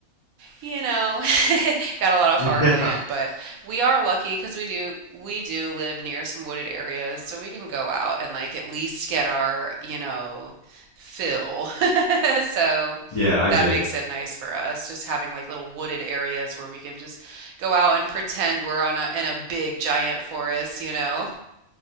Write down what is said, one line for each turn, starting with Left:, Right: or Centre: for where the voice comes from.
Right: you know, <laughs> got a lot of
Left: yeah,
Right: farmland.
Left: <laughs>
Right: But we are lucky because we do we do live near some wooded areas, so we can go out and like at least get our, you know, fill. <laughs> So
Left: yeah, I
Right: that
Left: get
Right: makes
Left: it.
Right: it nice for us, just having like little wooded areas where we can just go out and pretend we're on a in a big giant forest, you know.